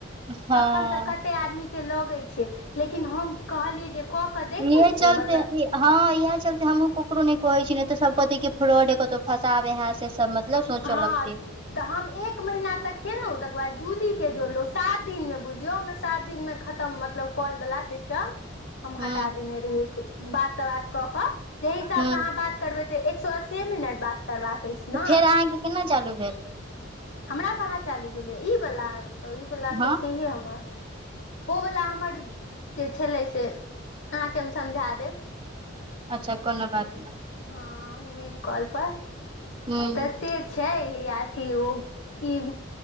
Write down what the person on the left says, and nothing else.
अखन तऽ कते आदमी के लगै छै लेकिन हम कहलियै जे कऽ कऽ देखै
छियै
मतलब
हँ
तऽ हम एक महीना तक केलौं तकर बाद जूली के जोड़लौं सात दिन मे बुझियौ हमर सात दिनमे खतम मतलब कॉल वला सिस्टम हम
हटा देने रहियै बात तऽ वात कऽ कऽ जेहि हिसाब
स अहाँ बात करबै तऽ एक सौ अस्सीेये मिनट बात करबाक अछि
ने
हमरा कहाँ चालू भेलै ई वला तऽ ई वला
तऽ छैहे हमर ओ वला हमर जे छेलै से अहाँके हम समझा देब
हँ नीन कॉल पर
तऽ से छै अथी ओ ई